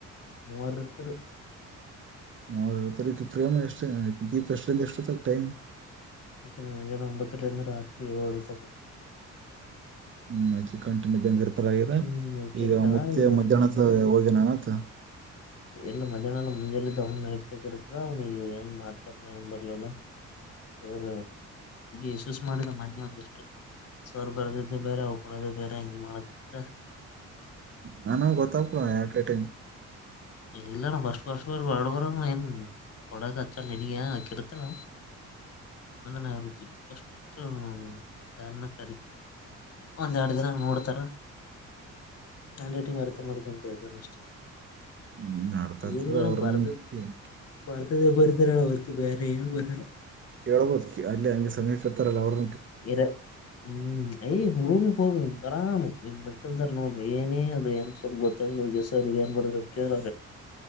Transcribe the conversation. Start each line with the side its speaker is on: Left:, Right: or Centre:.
Left: ಮೂವಾರತ್ತರು
Right: ಮರ ತರಕ ಪ್ರೇಮ ಎಷ್ಟು ದೀಪ ಎಷ್ಟಲ್ಲಿ ಎಷ್ಟುತ್ತ ಟೈಮ್
Left: ಹ್ಮ್ ಮುಂಜಾನೆ ಒಂಬತ್ತು ರಿಂದ ರಾತ್ರಿ ಏಳುಗಂಟೆ ತನಕ
Right: ಹ್ಮ್ ಕಂಟನ್ಯ ಬಂಗ ಈಗ ಪರ್ವಾಗಿಲ್ಲ
Left: ಹ್ಮ್ ಆಕಿ
Right: ಈಗ
Left: ಇರ್ತಾಳ
Right: ಮುತ್ಯ
Left: ಇವ
Right: ಮಧ್ಯಾಹ್ನದ
Left: ಹ್ಮ್
Right: ಹೋಗ ನಾನ ಆತ್
Left: ಎಲ್ಲ ಮಧ್ಯಾಹ್ನಲ್ಲ ಮುಂಜೆಲ್ಲಿದ್ದ ಅವ್ ಇರ್ದ ಅವ್ ನೀಗ ಏನ್ ಮಾತ ಬರ್ಲ ಏನ್ ಬರ್ಲಲ್ಲ ಸರ ಯಶಸ್ ಮಾಡಿದ ಮೊನ್ನೆ ಒಂದಿಷ್ಟು ಸೋರ್ ಬರ್ದಿದ್ದೆ ಬೇರೆ ಅವಳೋದ ಬೇರೆ ಹೆಂಗಗೆ ಮಾಡತಿತ್ತ
Right: ನನ್ಮ ಗೊತ್ತಾಗೇಟ
Left: ಇ ಇಲ್ಲಣ ಬಸ್ ಬರ್ ಬರ್ ಬ ಪ್ರ ಏನ್ ಕೊಡ ಕಚ್ಚಲ್ ನನಗೆ ಆಕಿಡತಲ್ಲ ನ ಆಚಿ ಕೊ ಧಾರಣ ಕ ಒಂದ್ ಎರಡು ದಿನ ನೋಡ್ತಾರ ಹ್ಯಾಂಡ್ ರೈಟಿಂಗ್ ಅರ್ಥ ನೋ ಎರಡು ನಿಮಿಷ
Right: ಹ್ಮ್ ಅರ್ಥತದ
Left: ತನ
Right: ಅವ್ರನ್ನ
Left: ಭರ್
Right: ಕೇ-
Left: ಭರ್ತದ ಬರುತರ ಬೇರೆ ೇ ಬದ
Right: ಕೇಳಬೋದು ಅಲ್ಲ ಅಗೆ ಸಮೀಪ ಎತ್ರರಲ್ಲ ಅವರ್
Left: ಎರ ಹ್ಮ್ ಹುರುನು ಹೋಗಿ್ ಬರಾಮ್ ಈ ಮೆಡ್ಕಲ್ದಾರ ನೋಡಿ ಏನೇ ಅದ ಏ ಸ್ವಲ್ ಗೊತ್ತಾಗ ಏನ್ ಬಡ್ರ ಕೇಳ